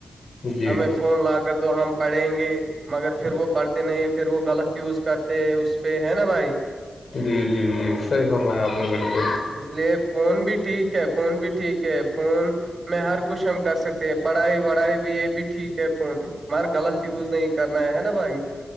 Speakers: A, on the left; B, on the right.
A: جی
B: ہمیں فون لا کر دو ہم پڑھیں گے مگر پھر وہ پڑھتے نہیں پھر وہ غلط چوز کرتے اس پہ ہے نا بھائی
A: جی جی جی صحیح فرمایا ہے آپ نے بالکل
B: اس لیے فون بھی ٹھیک ہے فون بھی ٹھیک ہے فون میں ہر کچھ ہم کر سکتے ہیں پڑھائی وڑھائی بھی یہ بھی ٹھیک ہے فون مار غلط یوز نہیں کرنا ہے ہے نا بھائی